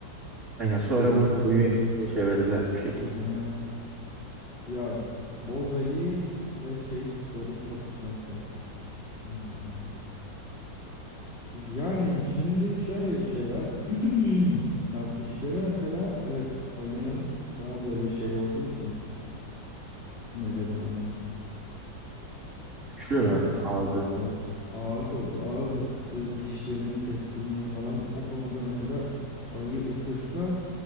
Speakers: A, on the right; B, on the left.
A: Aynen sonra
B: UFC
A: bunu
B: için.
A: UFC'ye çevirdiler bu şekilde.
B: Aha. Ya Bozayı ve şey goril kapışması. Hmm. Yani şimdi şöyle bir şey var. <clears throat> Ya dişleri mesela evet ayının daha böyle şey olduğu için ne denir ona?
A: Güçlü mü
B: Ee,
A: ağzı?
B: evet ağız ağız yapısı, dişlerinin keskinliği falan o konuda mesela ayı ısırsa